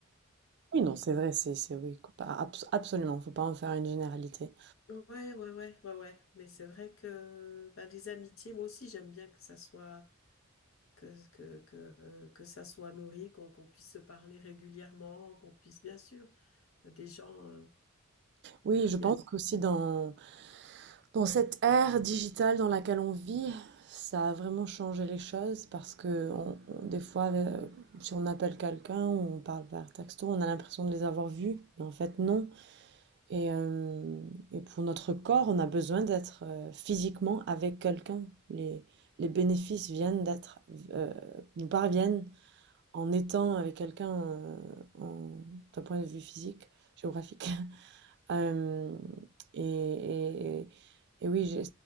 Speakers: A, on the right; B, on the left.
A: Oui, non, c'est vrai, c'est, c'est, oui, co- pas- abs- absolument, faut pas en faire une généralité.
B: Ouais, ouais, ouais, ouais, ouais. Mais c'est vrai que bah, les amitiés, moi aussi, j'aime bien que ça soit que, que, que, euh, que ça soit nourri, qu'on qu'on puisse se parler régulièrement, qu'on puisse, bien sûr, euh, des gens. euh,
A: Oui, je
B: il
A: pense
B: y a-
A: qu'aussi dans, dans cette ère digitale dans laquelle on vit, ça a vraiment changé les choses parce que on- on- des fois, euh, si on appelle quelqu'un, ou on parle par texto, on a l'impression de les avoir vus, mais en fait, non. Et, euh, et pour notre corps, on a besoin d'être euh, physiquement avec quelqu'un. Les, les bénéfices viennent d'être, euh, nous parviennent en étant avec quelqu'un, heu, en d'un point de vue physique, géographique. <laughs> Hem et et et oui, j'ai